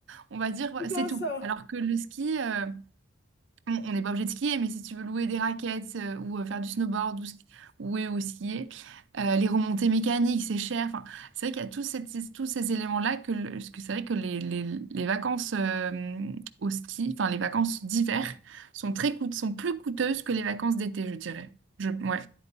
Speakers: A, on the right; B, on the left.
A: on va dire, ouais,
B: Tout
A: c'est
B: en
A: tout.
B: sort.
A: Alors que le ski, euh, on on n'est pas obligé de skier, mais si tu veux louer des raquettes euh, ou euh, faire du snowboard ou, ski- ou, ou skier, euh, les remontées mécaniques, c'est cher. Enfin, c'est vrai qu'il y a tous, ces tous ces éléments-là que, le- parce que c'est vrai que les, les- les vacances euh, au ski, enfin les vacances d'hiver, sont très coûte, sont plus coûteuses que les vacances d'été, je dirais. Je, ouais.